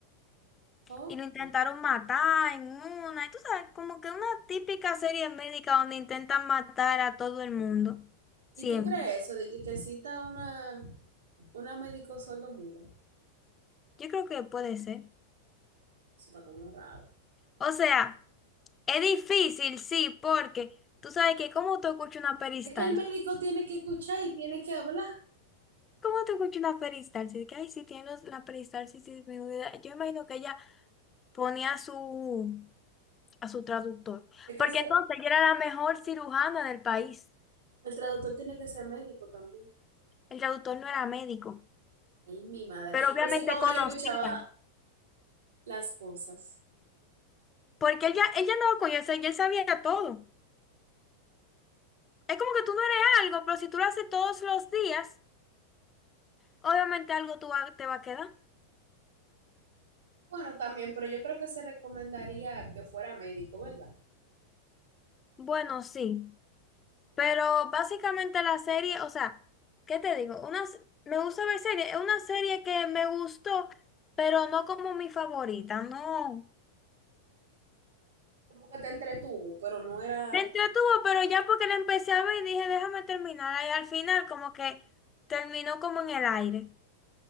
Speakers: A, on the right; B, on the left.
A: Ok.
B: y lo intentaron matar en una, y tú sabes, como que una típica serie médica donde intentan matar a todo el mundo, siempre.
A: ¿Y tú crees eso de que, que cita una, una médico sordomuda?
B: Yo creo que puede ser.
A: Eso está como raro.
B: O sea, es difícil, sí, porque tú sabes que cómo tú escuchas una peristalsis,
A: Es que el médico tiene que escuchar y tiene que hablar.
B: ¿cómo tú escuchas una peristalsis? De Que ay, si tiene los- la peristalsis disminuida, yo imagino que ella ponía a su, a su traductor,
A: Es que
B: porque
A: se-
B: entonces ella era la mejor cirujana del país,
A: el traductor tiene que ser médico también.
B: el traductor no era médico,
A: Ay, mi madre.
B: pero obviamente
A: Yo sé cómo
B: conocía.
A: él escuchaba las cosas.
B: Porque él ya, él ya andaba con eso y él sabía todo. Es como que tú no eres algo, pero si tú lo haces todos los días, obviamente algo tú va- te va a quedar.
A: Bueno, también, pero yo creo que se recomendaría que fuera médico, ¿verdad?
B: Bueno, sí. Pero básicamente la serie, o sea, ¿qué te digo? Unas, me gusta ver series. Es una serie que me gustó, pero no como mi favorita, no.
A: como que te entretuvo, pero no era,
B: Me entretuvo, pero ya porque la empecé a ver, dije, déjame terminar. Y al final como que terminó como en el aire.